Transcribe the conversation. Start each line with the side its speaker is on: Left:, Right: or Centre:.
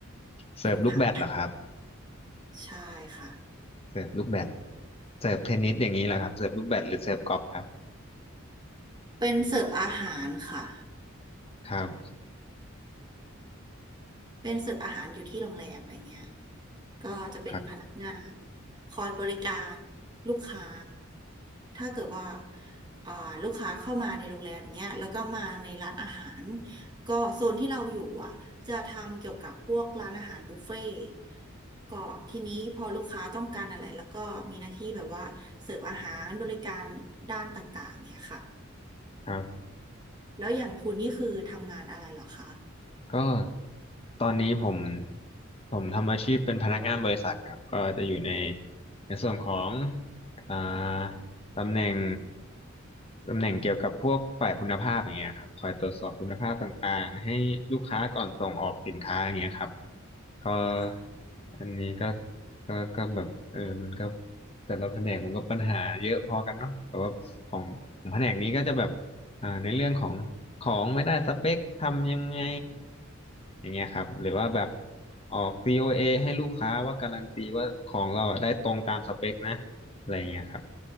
Left: เสิร์ฟลูกแบดเหรอครับ
Right: เป็นพัดใช่ค่ะ
Left: เสิร์ฟลูกแบดเสิร์ฟเทนนิสอย่างนี้เหรอครับเสิร์ฟลูกแบดหรือเสิร์ฟกอล์ฟครับ
Right: เป็นเสิร์ฟอาหารค่ะ
Left: ครับ
Right: เป็นเสิร์ฟอาหารอยู่ที่โรงแรมอะไรเงี้ยก็อจะเป็นพนักงาน
Left: ครับ
Right: คอยบริการลูกค้า ถ้าเกิดว่าอ่าลูกค้าเข้ามาในโรงแรมเนี้ยแล้วก็มาในร้านอาหาร ก็โซนที่เราอยู่อ่ะจะทำเกี่ยวกับพวกร้านอาหารบุฟเฟ่ต์ก็ทีนี้พอลูกค้าต้องการอะไรแล้วก็มีหน้าที่แบบว่าเสิร์ฟอาหารบริการด้านต่างๆเนี้ยค่ะ
Left: ครับ
Right: แล้วอย่างคุณนี่คือทำงานอะไรเหรอคะ
Left: ก็ตอนนี้ผมผมทำอาชีพเป็นพนักงานบริษัทครับก็จะอยู่ในในส่วนของอ่าตำแหน่งตำแหน่งเกี่ยวกับพวกฝ่ายคุณภาพอย่างเงี้ยครับคอยตรวจสอบคุณภาพต่างๆให้ลูกค้าก่อนส่งออกสินค้าอย่างเงี้ยครับก็
Right: ค่ะ
Left: อันนี้ก็ก็ก็แบบเออมันก็แต่ละแผนกมันก็ปัญหาเยอะพอกันเนาะแต่ว่าของของแผนกนี้ก็จะแบบ อ่าในเรื่องของของไม่ได้สเปคทำยังไงอย่างเงี้ยครับหรือว่าแบบออก COA ให้ลูกค้าว่าการันตีว่าของเราอะได้ตรงตามสเปคนะอะไรเงี้ยครับ